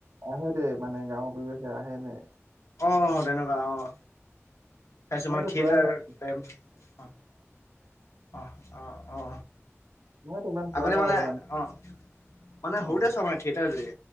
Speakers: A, on the right; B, on the left.
A: আহে দে মানে গাওঁৰ পৰিৱেশ <unintelligible> আহে নাই?
B: অ অ তেনেকুৱা অঁ চাইছো
A: মইতো
B: মানে থিয়েটাৰ
A: চোৱাই নাই
B: টাইম অ, অ অ অ
A: মইতো ইমান চোৱা
B: আগতে
A: নাই
B: মানে,
A: বাৰু
B: অঁ মানে
A: অ
B: সৰুতে
A: অ
B: চোৱা মানে থিয়েটাৰ যে